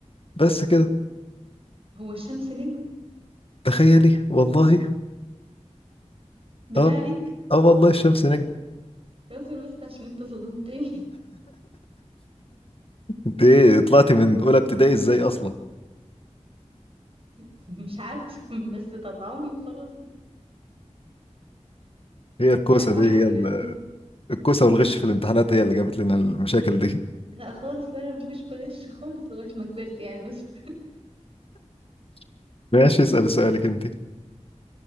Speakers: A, on the left; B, on the right.
A: بس كده
B: هو الشمس نجم
A: تخيلي والله
B: بالله
A: اه
B: عليك
A: اه والله الشمس نجم
B: اصبر بس عشان انت صدمتني
A: انت ايه طلعتي من اولى ابتدائي ازاي اصلا
B: <laughs> مش عارفه بس طلعوني وخلاص
A: هي الكوسه
B: لا راحت
A: دي هي
B: من
A: ال-
B: عليا دي
A: الكوسه والغش في الامتحانات هي اللي جابت لنا المشاكل دي
B: لا خالص لا انا مكنتش بغش خالص لغايه ما كبرت يعني بس
A: <laughs> ماشي اسال سؤالك انت